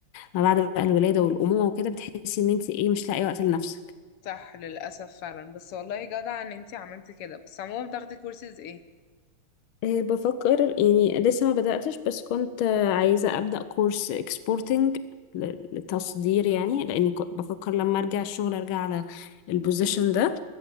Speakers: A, on the left; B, on the left.
A: ما بعد بقى الولاده والامومه وكده بتحسي ان انت ايه مش لاقي وقت لنفسك
B: صح للأسف فعلا بس والله جدع ان انتي عملتي كده بس عموما بتاخدي كورسز ايه
A: آه، بفكر يعني لسه ما بداتش بس كنت آه، عايزه ابدا كورس اكسبورتنج للتصدير يعني لاني كنت بفكر لما ارجع الشغل ارجع على البوزيشن ده